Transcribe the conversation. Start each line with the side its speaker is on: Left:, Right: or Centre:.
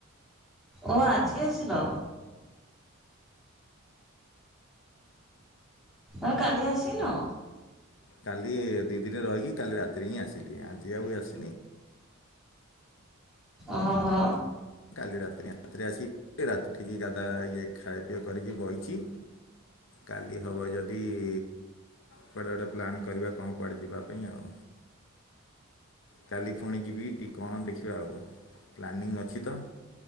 Centre: ଓ ଆଜି ଆଛିଲ? ଏ କାଲି ଆସିନ?
Left: କାଲି ଏ ଦି ଦିନି ରହିକି କାଲି ରାତିରେ ହିଁ ଆସିଲି, ଆଜି ଆଉ ଆସିନି।
Centre: ଓଅ ହୋ।
Left: କାଲି ରାତିରେ ରାତିରେ ଆସିକି ରାତି ଉଠିକି ଗାଧା ଇଏ ଖାଇ ପିଇଆ କରିକି ବଇଚି। କାଲି ହବ ଯଦିଇ କୁଆଡ଼େ ଗୋଟେ ପ୍ଲାନ୍ କରିବା କଣ କୁଆଡ଼େ ଯିବା ପାଇଁ ଆଉ। କାଲି ଫୁଣି ଯିବି କି କଣ ଦେଖିବା ଆଉ। ପ୍ଲାନିଂ ଅଛି ତ।